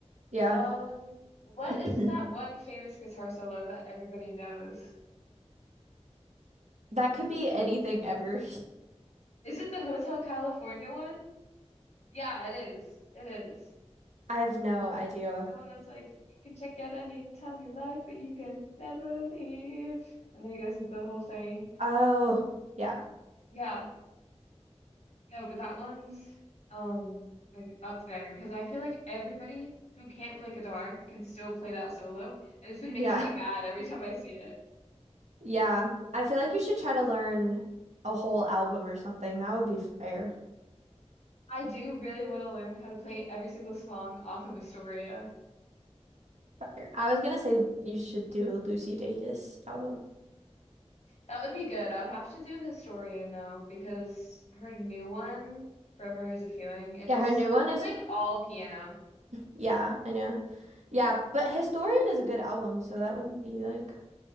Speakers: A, on the right; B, on the left.
A: yeah.
B: Um what
A: <clears throat>
B: is that one famous guitar solo that everybody knows?
A: That could
B: It's,
A: be anything ever.
B: is it the Hotel California one? Yeah, it is. It is.
A: <laughs> I have no idea.
B: The one that's like, you can check out any time you like, but you can never leave. And then he goes into the whole thing.
A: Oh, yeah.
B: Yeah. No, but that one's um like up there because I feel like everybody who can't play guitar can still play that solo. And it's been making
A: Yeah.
B: me mad every time I see it.
A: Yeah. I feel like you should try to learn a whole album or something. That would be fire.
B: I do really want to learn how to play every single song off of Astoria.
A: Fire. I was gonna say you should do a Lucy Dacus album.
B: That would be good. I would have to do Historian though, because her new one, Forever is a Feeling, it
A: Yeah,
B: just
A: her new one
B: it's
A: is,
B: like all piano.
A: yeah, I know. Yeah, but Historian is a good album, so that wouldn't be like